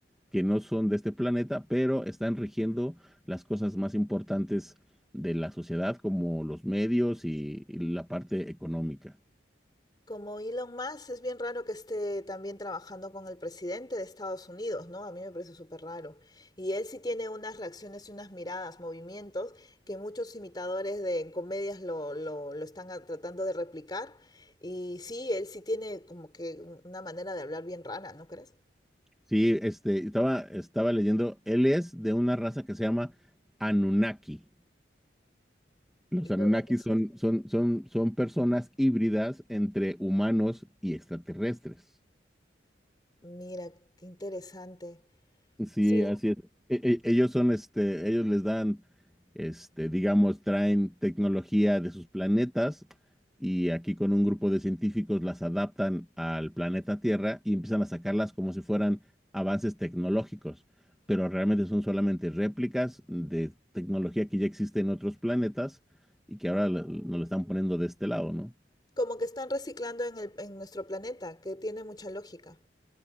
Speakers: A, in the centre; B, on the left.
A: que no son de este planeta, pero están rigiendo las cosas más importantes de la sociedad, como los medios y, y la parte económica.
B: Como Elon Musk, es bien raro que esté también trabajando con el presidente de Estados Unidos, ¿no? A mí me parece súper raro. Y él sí tiene unas reacciones y unas miradas, movimientos, que muchos imitadores de comedias lo, lo, lo están a- tratando de replicar. Y sí, él sí tiene como que una manera de hablar bien rara, ¿no crees?
A: Sí, este, estaba, estaba leyendo, él es de una raza que se llama Anunnaki. Los
B: ¿Y
A: Anunnakis
B: de dónde se-
A: son, son, son, son personas híbridas entre humanos y extraterrestres.
B: Mira, qué interesante.
A: Sí,
B: Sí,
A: así es. E- e- ellos son, este, ellos les dan, este, digamos, traen tecnología de sus planetas y aquí con un grupo de científicos las adaptan al planeta Tierra y empiezan a sacarlas como si fueran avances tecnológicos, pero realmente son solamente réplicas de tecnología que ya existe en otros planetas y que ahora lo- nos lo están poniendo de este lado, ¿no?
B: Como que están reciclando en el, en nuestro planeta, que tiene mucha lógica.